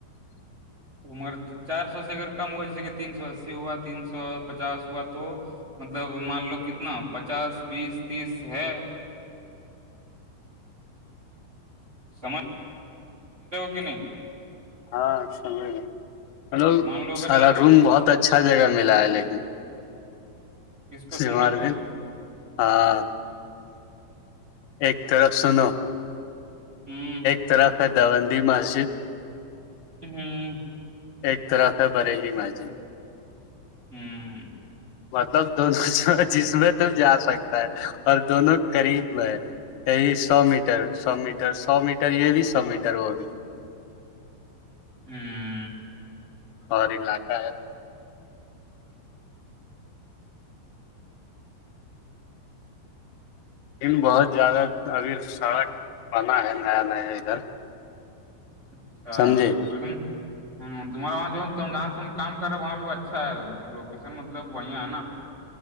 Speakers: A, on the right; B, on the left.
A: تومر چار سو سے اگر کم ہوا جیسے کہ تین سو اسی ہوا تین سو پچاس ہوا تو مطلب مان لو کتنا پچاس بیس تیس ہے سمج کہ نہیں
B: ہاں سمجھ گ ملو
A: مان لو اگر
B: سارا
A: ایک
B: روم بہت اچھا جگہ ملا ہے لیکن
A: کس کو
B: ج
A: تم
B: ہمار
A: لوگ کو
B: دن ہاں ایک طرف سنو
A: ہوں
B: اترق ہے دندی مسجد
A: ہوں
B: ایک طرف ہے بریلی مجی
A: ہوں
B: <inaudible> مطلب دونوں جس میں تو جا سکتا ہے اور دونوں قریب میں ہے یہی سو میٹر سو میٹر سو میٹر یہ بھی سو میٹر وہ بھی
A: ہوں
B: اور ل آ کاا لن بہت زیادہ ابھی سڑک بنا ہے نیا نیا ادھر
A: اچھا
B: سمجھے
A: لیکن ہ تمہارے وہاں جہاں تم کام کرے وہاں بھی اچھا ہے تو لوکیشن مطلب بیا ہے نا